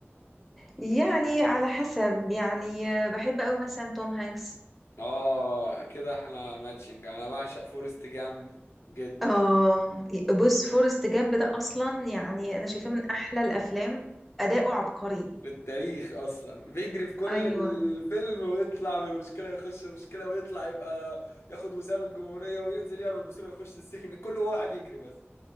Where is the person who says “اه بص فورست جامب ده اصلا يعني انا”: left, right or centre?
Centre